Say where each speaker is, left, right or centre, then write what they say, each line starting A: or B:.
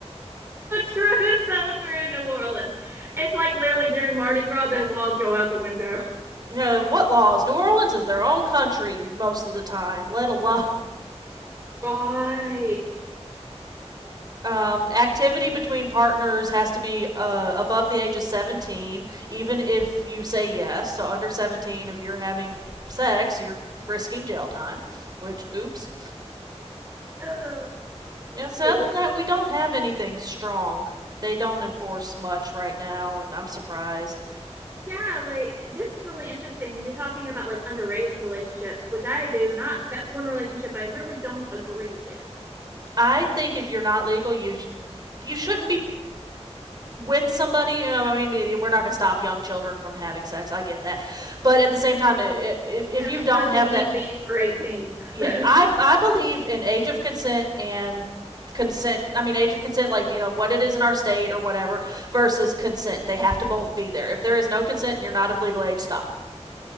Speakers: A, on the right; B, on the right.
A: true, so true, New Orleans. It's like literally during Mardi Gras, those laws go out the window. <laughs>
B: Uh, what laws? New Orleans is their own country most of the time, let alone
A: Right.
B: Um, activity between partners has to be uh, above the age of 17, even if you say yes. So, under 17, if you're having sex, you're risking jail time, which, oops.
A: <sighs>
B: Yeah, so, other
A: Oops.
B: than that, we don't have anything strong. They don't enforce much right now, and I'm surprised.
A: yeah like this is really interesting you're talking about like underage relationships which i do not that's one relationship i really don't agree with
B: I think if you're not legal, you sh- you shouldn't be with somebody. You know, I mean, we're not going to stop young children from having sex. I get that, but at the same time, if if
A: at
B: you
A: least
B: don't
A: both
B: have
A: of you
B: that
A: be under 18
B: Yeah,
A: <laughs>
B: I I believe in age of consent and consent. I mean, age of consent, like you know what it is in our state or whatever, versus consent. They have to both be there. If there is no consent and you're not of legal age, stop.